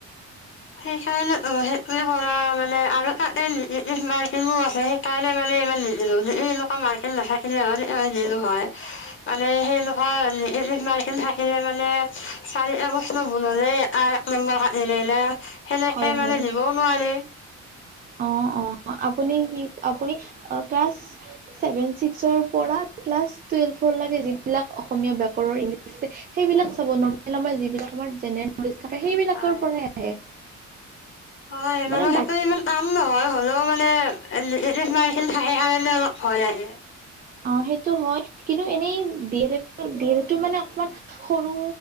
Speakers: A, on the left (about 40°); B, on the right (about 30°).
A: সেইকাৰণে অ সেইটো কৰা মানে আৰু তাতে মাৰ্কো আছে সেইকাৰণে মানে ইমান মাৰ নাথাকিলে হ'লে হয় মানে সেই লোকৰ মাৰ আহিলে মানে চাৰিটাগষ্ন বনালে নেনেলে <unintelligible> সেনেকে
B: হয়
A: মানে
B: হয়
A: দিবও নোৱাৰি
B: অ অ আপুনি কি আপুনি ক্লাছ চেভেন চিক্সৰ পৰা ক্লাছ টুয়েলভৰ লগিন যিবিলাক অসমীয়া ব্যাকৰণ ইংলিছ আছে সেইবিলাক চাবমাৰ যিলাক আমাৰ জেনেৰেল থাকে সেইবিলাকৰ
A: হয়।
B: পৰাই আহে
A: হয়
B: মানে
A: মানহ সেইটো
B: বাকী
A: ইমান নহয় হ'লেও মানে মাৰখিনি থাকে কাৰণে অলপ ভয় লাগে
B: অ সেইটো হয় কিন্তু এনেই ডি এল ডি এলটো মানে অকমান সৰু